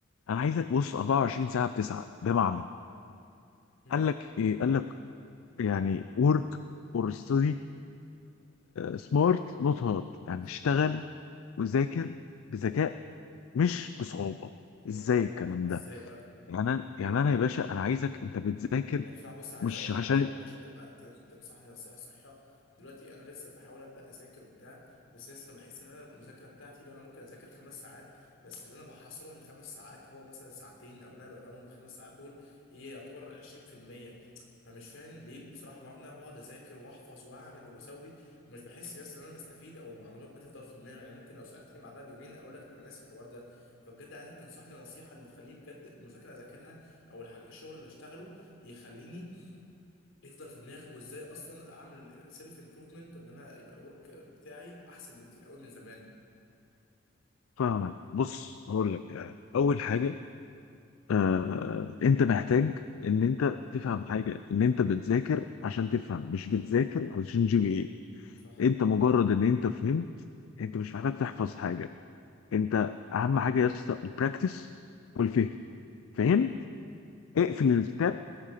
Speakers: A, on the left; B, on the left.
A: انا عايزك بص 24 ساعه بتسعه بمعنى
B: امم
A: قال لك ايه قال لك يعني ورك اور ستدي سمارت نوت هارد يعني
B: صح
A: اشتغل وذاكر بذكاء مش بصعوبه
B: تمام
A: ازاي الكلام
B: ازاي
A: ده
B: بقى
A: يعني انا يعني انا يا باشا انا عايزك انت بتذاكر
B: يعني بصراحة بص عايز
A: مش
B: اقول لك
A: عشان
B: على حاجة برضه عشان تبقى ت- تنصحني نصيحة صحيحة دلوقتي انا لسه بحاول ابدا اذاكر وبتاع بس لسه انا بحس ان انا المذاكرة بتاعتي لو انا ممكن اذاكر خمس ساعات بس اللي انا بحصله من خمس ساعات هو مثلا ساعتين او لا بفهمه من خمس ساعات دول هي يعتبر 20% فمش فاهم ليه بصراحة معلومة ان انا بقعد اذاكر واحفظ واعمل واسوي ومش بحس يا اسطى ان انا بستفيد او المعلومات بتفضل في دماغي يعني ممكن لو سألتني بعدها بيومين اقول لك انا ناسي الحوار ده فبجد عايزك تنصحني نصيحة اللي تخليني بجد المذاكرة اذاكرها او الحاجة الشغل اللي اشتغله يخليني يفضل في دماغي وازاي اصلا اعمل سيلف امبروفمنت وان انا يبقى الورك بتاعي احسن بكتير قوي من زمان
A: فاهمك بص هقول لك يعني اول حاجه آه، انت محتاج ان انت تفهم حاجه ان انت بتذاكر عشان تفهم مش بتذاكر علشان جي بي
B: صح
A: ايه انت مجرد ان انت فهمت انت مش محتاج تحفظ حاجه انت اهم حاجه يا اسطى البراكتس والفهم
B: مم. تمام
A: فهم اقفل الكتاب